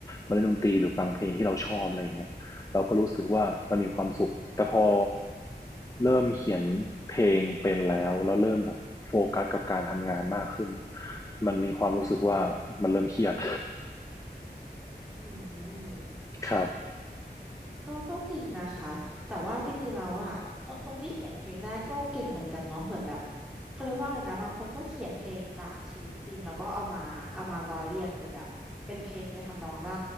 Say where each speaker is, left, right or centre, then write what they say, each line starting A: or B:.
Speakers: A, on the left (about 20°); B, in the centre.
A: มาเล่นดนตรีหรือฟังเพลงที่เราชอบอะไรอย่างเงี้ยเราก็รู้สึกว่ามันมีความสุขแต่พอเริ่มเขียนเพลงเป็นแล้วแล้วเริ่มแบบโฟกัสกับการทำงานมากขึ้นมันมีความรู้สึกว่ามันเริ่มเครียด
B: อืม
A: <laughs> ครับ
B: ก็ก็จริงนะคะ แต่ว่าจริงๆแล้วอ่ะเออคนที่เขียนเพลงได้ก็เก่งเหมือนกันเนาะเหมือนแบบเขาเรียกว่าอะไรนะบางคนก็เขียนเพลงจากชีวิตจริงแล้วก็เอามาเอามาร้อยเรียงเป็นแบบเป็นเพลงไปนทำนองได้